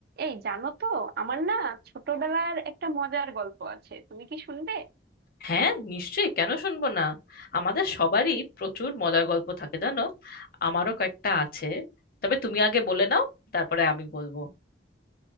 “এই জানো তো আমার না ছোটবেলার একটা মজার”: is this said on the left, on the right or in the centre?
Right